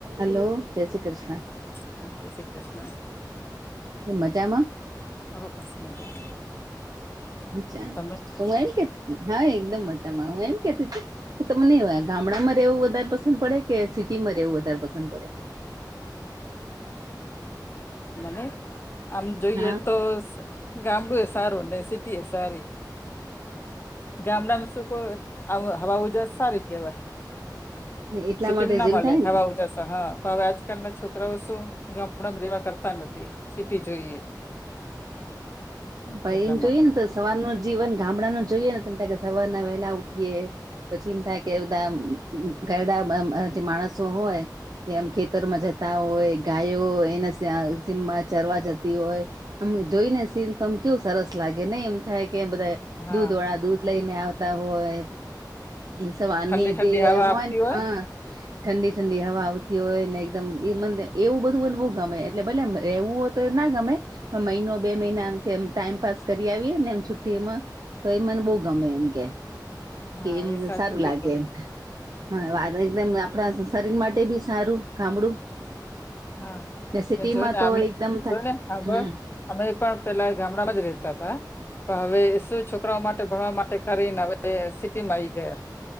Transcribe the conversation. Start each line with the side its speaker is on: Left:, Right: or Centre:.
Right: Hello જય શ્રી કૃષ્ણ.
Left: હા જય શ્રી કૃષ્ણ.
Right: મજામાં.
Left: હો બસ મજામાં
Right: અચ્છા
Left: તમે
Right: તો મે એમ કે હા એકદમ મજામાં હું એમ કેતી કે તમને ગામડામાં રહેવું વધારે પસંદ પડે કે સિટીમાં રહેવું વધારે પસંદ પડે.
Left: મને આમ જોઈએ
Right: હા
Left: તો ગામડું એ સારું ને સિટી એ સારી. ગામડામાં શું કો હવા ઉજ સારી કેવાય.
Right: એટલા
Left: સિટીમાં
Right: માટે
Left: ના
Right: જેમ
Left: મલે
Right: થાય
Left: હવા ઉજાસ. હા હવે આજકાલ ના છોકરાઓ શું ગામડામાં રેવા કરતા તા નથી સિટી જોઈએ.
Right: ભાઈ
Left: એટલા
Right: એમ જોઈએ
Left: માટે
Right: ને તો સવારનો જીવન ગામડા ન જોઈએ ને ત કે સવાર ના વહેલા ઉઠીએ. પછી એમ થાય કે બધા ઘડા જે માણસો હોય કે આમ ખેતરમાં જતા હોય ગાયો એના સીમમાં ચરવા જતી હોય. અમ જોઈને સીન તોમ કેવું સરસ લાગે નહી એમ થાય કે બધા
Left: હા
Right: દૂધ વાળા દૂધ લઈને આવતા હોય એ સવારની
Left: ઠંડી ઠંડી
Right: જે
Left: હવા
Right: હોય
Left: આવતી
Right: ને હા ઠંડી ઠંડી હવા આવતી હોય ને એકદમ મ એવું બધું મને બવ ગમે એટલે ભલે રહેવું હો તો એ ના ગમે પણ મહિનો બે મહિનામ કે એમ ટાઈમ પાાસ કરી આવીએને એમ છુટ્ટીમાં તો એ મને બહુ ગમે એમ કે.
Left: હા
Right: કે એમ
Left: એ સાચું
Right: સારું
Left: કીધું
Right: લાગે એમ હ
Left: હમ
Right: વા એકદમ આપડા શરીર માટે બી સારું ગામડું
Left: હા
Right: સિટીમાં
Left: ને જોય ને
Right: તો
Left: અમે
Right: એકદમ થ
Left: જોય ને સાંભળ
Right: હમ.
Left: અમે પણ પેલા ગામડામાં જ રેતા હતા. પણ હવે શું, છોકરાઓ માટે ભણવા માટે, કરીને હવે સિટીમાં આઈ ગયા.